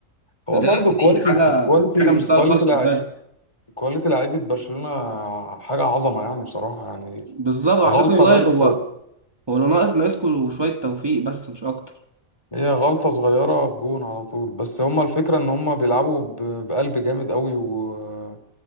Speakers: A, on the left (about 20°); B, on the right (about 20°).
A: هو
B: فده
A: برضو كواليتي
B: دي حاجه
A: كواليتي
B: حاجه مش
A: كواليتي
B: سهله خالص
A: لع...
B: خد بالك
A: كواليتي لعيبة برشلونة حاجة عظمة يعني بصراحة يعني
B: بالظبط على
A: غلطة
B: فكره والله
A: بس
B: هو هو اللي ناقص ناقصكوا شويه توفيق بس مش اكتر
A: هي غلطة صغيرة بجون على طول بس هما الفكرة ان هما بيلعبوا ب... بقلب جامد قوي و...